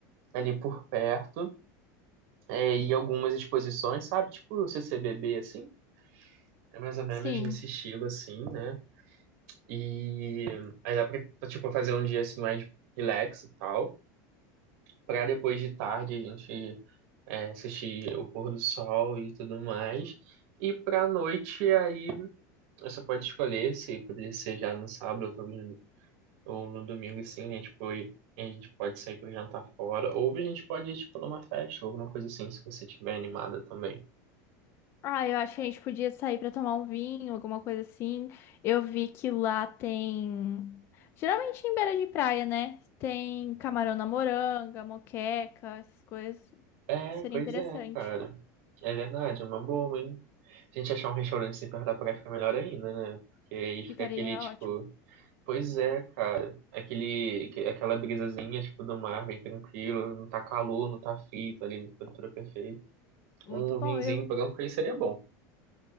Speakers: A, on the right; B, on the left.
A: ali por perto. é, em algumas exposições, sabe? Tipo o CCBB, assim. É mais ou menos
B: Sim.
A: nesse estilo, assim, né? E aí dá pra, tipo, fazer um dia, assim, mais relax e tal. Pra depois de tarde a gente é, assistir o pôr do sol e tudo mais. E pra noite, aí, você pode escolher se poderia ser já no sábado ou no, ou no domingo, assim, né? Tipo, e a gente pode sair pra jantar fora. Ou a gente pode ir, tipo, numa festa ou alguma coisa assim, se você estiver animada também.
B: Ah, eu acho que a gente podia sair pra tomar um vinho, alguma coisa assim. Eu vi que lá tem. Geralmente em beira de praia, né? Tem camarão na moranga, moqueca, essas coisas.
A: É,
B: Seria
A: pois
B: interessante.
A: é, cara. É verdade, é uma boa, hein? Se a gente achar um restaurante assim perto da praia, fica melhor ainda, né? Porque aí
B: Ficaria
A: fica aquele, tipo...
B: ótimo.
A: Pois é, cara. Aquele, que- aquela brisazinha, tipo, do mar, bem tranquilo. Não tá calor, não tá frio, tá ali na temperatura perfeita.
B: Muito
A: Um
B: bom.
A: vinhozinho
B: Eu
A: branco aí seria bom.